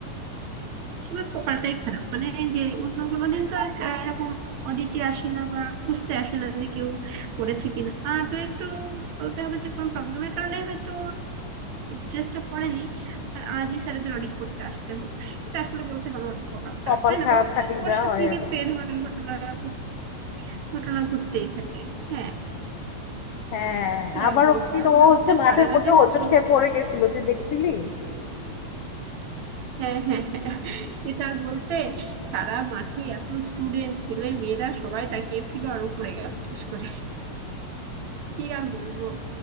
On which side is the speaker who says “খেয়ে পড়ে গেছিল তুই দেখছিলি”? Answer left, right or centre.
Left